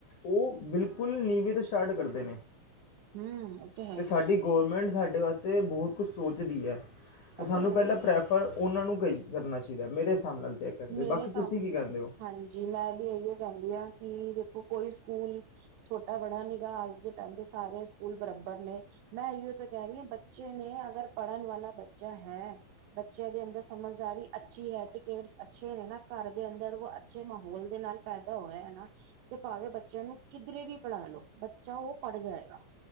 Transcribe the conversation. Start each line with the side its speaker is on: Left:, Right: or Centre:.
Left: ਉਹ ਬਿਲਕੁਲ ਨੀਵੇਂ ਤੋਂ ਸਟਾਰਟ ਕਰਦੇ ਨੇ।
Right: ਹਮ ਉਹ ਹੈ
Left: ਤੇ
Right: ਹੀ
Left: ਸਾਡੀ ਗੌਰਰਮੈਂਟ ਸਾਡੇ ਵਾਸ ਤੇ ਬਹੁਤ ਕੁਛ ਸੋਚਦੀ ਆ। ਤੇ
Right: ਉਹ
Left: ਸਾਨੂੰ ਪਹਿਲਾਂ
Right: ਹੈ ਹੀ
Left: ਪ੍ਰੈਫਰ ਉਹਨਾਂ ਨੂੰ ਕਚ ਕਰਨਾ ਚਾਹੀਦਾ। ਮੇਰੇ ਹਿਸਾਬ ਨਾਲ ਤਾਂ ਇਹ ਕਰਦੇ
Right: ਮੇਰੇ
Left: ਬਾਕੀ
Right: ਸਾਹਮਣੇ,
Left: ਤੁਸੀਂ ਕੀ ਕਹਿੰਦੇ ਹੋ
Right: ਹਾਂਜੀ ਜੀ ਮੈਂ ਵੀ ਇਹੀਓ ਕਹਿੰਦੀ ਹਾਂ ਕਿ ਦੇਖੋ ਕੋਈ ਸਕੂਲ ਛੋਟਾ ਬੜਾ ਨੀ ਗਾ ਅੱਜ ਦੇ ਟਾਈਮ ਤੇ ਸਾਰੇ ਸਕੂਲ ਬਰਾਬਰ ਨੇ ਮੈਂ ਇਹੀਓ ਕਹਿ ਰਹੀ ਹੈ ਬੱਚੇ ਨੇ ਅਗਰ ਪੜ੍ਹਨ ਵਾਲਾ ਬੱਚ ਚਾ ਹੈ ਬੱਚਿਆਂ ਦੇ ਅੰਦਰ ਸਮਝਦਾਰੀ ਅੱਛੀ ਹੈ ਤੇ ਕੇ ਵਾਰੀ ਸ ਅੱਛੇ ਨੇ ਨਾ, ਘਰ ਦੇ ਅੰਦਰ ਉਹ ਅੱਛੇ ਮਾਹੌਲ ਦੇ ਨਾਲ ਪੈਦਾ ਹੋਇਆ ਹੈ ਨਾ ਤੇ ਭਾਵੇਂ ਬੱਚਿਆਂ ਨੂੰ ਕਿਧਰੇ ਵੀ ਪੜ੍ਹਾ ਲੋ ਬੱਚਾ ਉਹ ਪੜ੍ਹ ਜਾਏਗਾ।